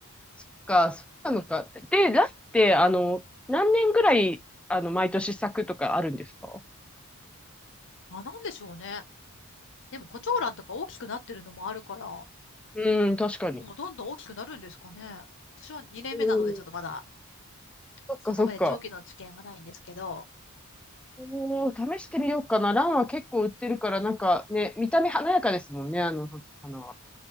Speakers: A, in the centre; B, on the left.
A: そっか、そうなのか。で、ランって、あの、何年ぐらい、あの、毎年咲くとかあるんですか
B: あ、なんでしょうね。でもコチョウランとか大きくなってるのもあるから、も
A: うん、確かに。
B: うどんどん大きくなるんですかね。私は2年目なのでちょっとまだ
A: うん、そっかそっか。
B: そこまで長期の知見はないんですけど、
A: おー、試してみようかな。ランは結構売ってるから、なんかね、見た目華やかですもんね、あの、花は。